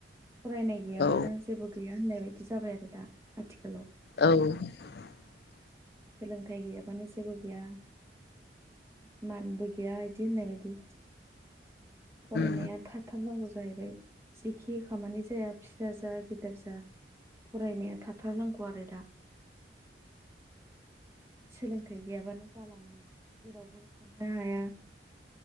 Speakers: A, on the right; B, on the left.
A: फरायनाय गैयाबानो
B: औ
A: जेबो गैया होननाय बायदि जाबाय आरो दा आथिखालाव
B: औ
A: सोलोंथाइ गैयाबानो जेबो गैया मानबो गैया बिदि होननाय बायदि फरायनाया
B: उम
A: थाथारनांगौ जाय जाहैबाय जिखि खामानि जाया फिसा जा गिदेर जा फरायनाया थाथारनांगौ आरो दा सोलों थाइ गैयाबानो जाला माने जेरावबो ओंखारनो हाया